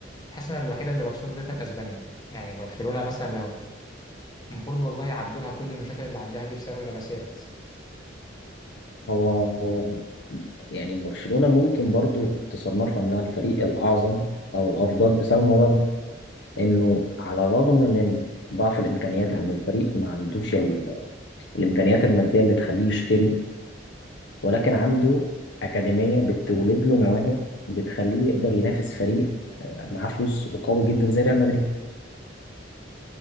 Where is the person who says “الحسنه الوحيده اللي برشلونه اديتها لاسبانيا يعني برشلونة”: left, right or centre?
Left